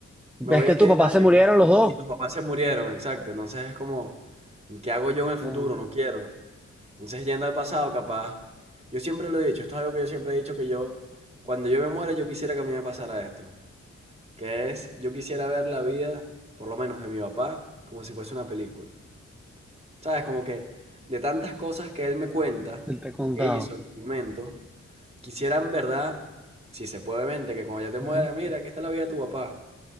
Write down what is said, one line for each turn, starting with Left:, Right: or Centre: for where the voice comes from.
Right: me
Centre: ves
Right: voy
Centre: que
Right: de aquí
Centre: tu
Right: a
Centre: papá
Right: 10 años
Centre: se murieron los
Right: y,
Centre: dos.
Right: y tus papás se murieron, exacto. Entonces es como, ¿qué hago yo en el futuro?
Centre: Ya,
Right: No quiero. Entonces yendo al pasado, capaz. Yo siempre lo he dicho, esto es algo que yo siempre he dicho que yo, cuando yo me muera, yo quisiera que a mí me pasara esto. Que es, yo quisiera ver la vida, por lo menos de mi papá, como si fuese una película. ¿Sabes? Como que de tantas cosas que él me cuenta,
Centre: te, te he contado.
Right: que hizo en su momento, quisiera en verdad, si se puede, obviamente, que cuando ya te mueras,
Centre: Ujú.
Right: mira, aquí está la vida de tu papá,